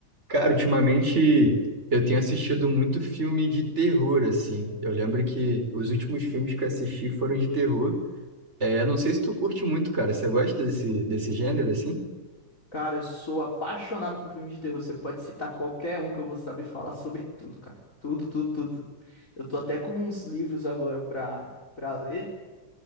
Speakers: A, on the right; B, on the left.
A: Cara, ultimamente eu tenho assistido muito filme de terror, assim. Eu lembro que os últimos filmes que eu assisti foram de terror. É, não sei se tu curte muito, cara. Você gosta desse, desse gênero, assim?
B: Cara, eu sou apaixonado por filmes de terror. Você pode citar qualquer um que eu vou saber falar sobre tudo, cara. Tudo, tudo, tudo. Eu tô até com uns livros agora pra, pra ler,